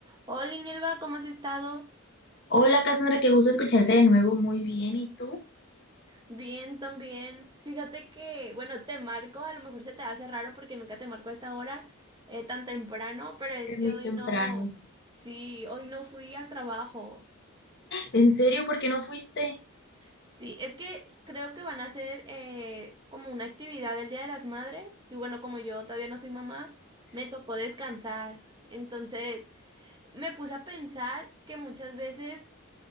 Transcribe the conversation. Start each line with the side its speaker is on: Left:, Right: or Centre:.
Right: Hola, Inelva, ¿cómo has estado?
Left: Hola Cassandra, qué gusto escucharte de nuevo. Muy bien, ¿y tú?
Right: Bien, también. Fíjate que, bueno, te marco, a lo mejor se te hace raro porque nunca te marco a esta hora eh, tan temprano, pero es
Left: Es
Right: que
Left: muy
Right: hoy
Left: temprano.
Right: no, sí, hoy no fui al trabajo.
Left: ¿En serio? ¿Por qué no fuiste?
Right: Sí, es que creo que van a hacer eh, como una actividad el Día de las Madres y bueno, como yo todavía no soy mamá, me tocó descansar. Entonces, me puse a pensar que muchas veces...